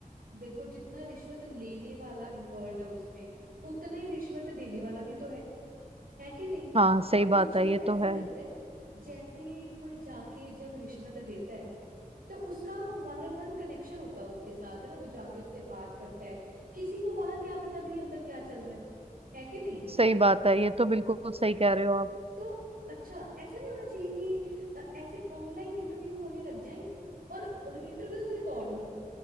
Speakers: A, on the right (about 70°); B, on the right (about 40°).
A: देखो जितना रिश्वत लेने वाला इन्वॉल्व है उसमें उतना ही रिश्वत देने वाला भी तो है है कि नहीं
B: हाँ सही
A: मुझे
B: बात है
A: तो
B: ये तो
A: ऐसे
B: है
A: लगता है जैसे कोई जाके जब रिश्वत देता है तो उसका वन ऑन वन कनेक्शन होता है उसके साथ है ना वो जाके उससे बात करता है किसी को बाहर क्या पता भी अंदर क्या चल रहा है है कि नहीं
B: सही बात है ये तो बिल्कुल सही कह रहे हो आप
A: तो अच्छा ऐसा नहीं होना चाहिए कि अ, ऐसे ऑनलाइन इंटरव्यू होने लग जाए और इंटरव्यूज रिकॉर्ड हों